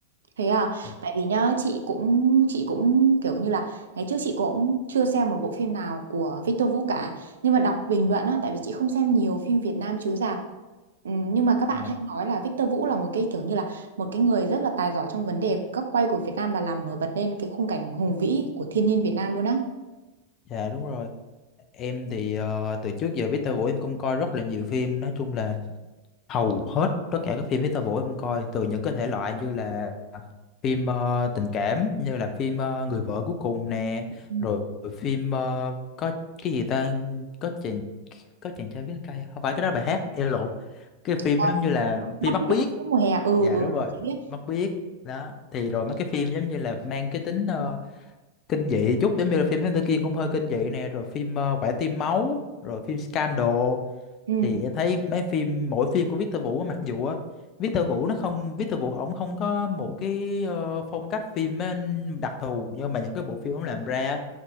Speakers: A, on the right (about 65°); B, on the left (about 35°).
A: Thế à,
B: dạ
A: tại vì nhá, chị cũng chị cũng kiểu như là ngày trước chị cũng chưa xem một bộ phim nào của Victor Vũ cả. Nhưng mà đọc bình luận á, tại vì chị không xem nhiều phim Việt Nam chiếu rạp. Ừ, nhưng mà các bạn
B: dạ
A: hay nói là Victor Vũ là một cái kiểu như là một cái người rất là tài giỏi trong vấn đề góc quay của Việt Nam và làm nổi bật lên cái khung cảnh hùng vĩ của thiên nhiên Việt Nam luôn á.
B: dạ đúng rồi em thì ờ, từ trước giờ Victor Vũ em cũng coi rất là nhiều phim nói chung là hầu hết tất cả các phim festival em coi từ những cái thể loại như là phim ờ, tình cảm như là phim ờ, Người vợ cuối cùng nè
A: Ừ.
B: rồi phim ờ, có cái gì ta có chàng có chàng trai viết cây không phải cái đó là bài hát em lộn cái phim
A: Ờ,
B: giống như là
A: mắt
B: phim Mắt
A: mít
B: Biếc
A: mùa hè ừ
B: dạ
A: ừ
B: đúng rồi
A: chị biết
B: Mắt Biếc đó thì rồi mấy cái phim giống như là mang cái tính ờ, kinh dị chút giống như là phim Thám Tử Kiên cũng hơi kinh dị nè rồi phim ờ, Quả Tim Máu rồi phim Scandal
A: ừ
B: thì em thấy mấy phim mỗi phim của Victor Vũ á, mặc dù á Victor Vũ nó không Victor Vũ ổng không có một cái ờ, phong cách phim á, đặc thù nhưng mà những cái bộ phim ổng làm ra á,